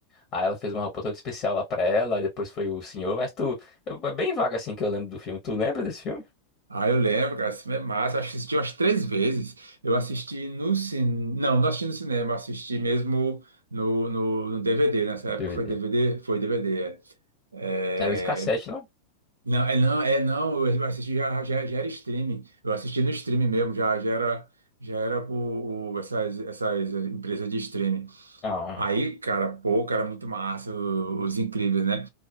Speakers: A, on the left (about 35°); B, on the right (about 75°).
A: aí ela fez uma roupa toda especial lá pra ela, aí depois foi o senhor, mas tu, eu- é bem vaga assim que eu lembro do filme, tu lembra desse filme?
B: Ah, eu lembro, cara, esse filme é massa. Acho que assisti umas três vezes. Eu assisti no cinema. Não, não assisti no cinema, assisti mesmo no, no, no DVD. Nessa época
A: DVD.
B: foi DVD? Foi DVD, é. É,
A: Era de cassete, não?
B: Não, é não, é não, eu assisti já, já, já era streaming, eu assisti no streaming mesmo, já, já era, já era o, o- essas, essas empresas de streaming.
A: Não,
B: Aí, cara, pô, cara, muito massa, o- os incríveis, né?